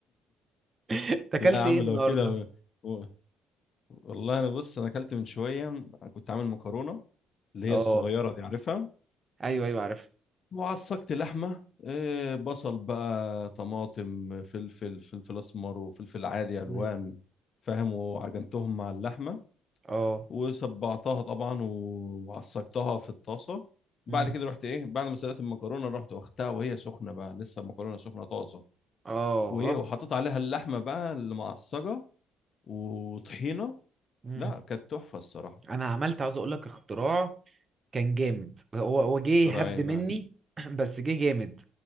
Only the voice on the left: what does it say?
لا يا عم
لو كده و- والله انا بص انا اكلت من شويه كنت عامل مكرونه اللي هي
الصغيره دي عارفها
وعصقت لحمه إيه، بصل بقى طماطم فلفل فلفل اسمر وفلفل عادي
الوان فاهم وعجنتهم مع اللحمه
وصبعتها طبعا و- وعصجتها في الطاسه بعد
كده رحت ايه بعد ما سلقت المكرونه رحت واخدتها وهي سخنه بقى لسه المكرونه سخنه طازه
وايه
وحطيت عليها اللحمه بقى اللي معصجه وطحينه
لا كانت تحفه الصراحه
ترى
ايه بقى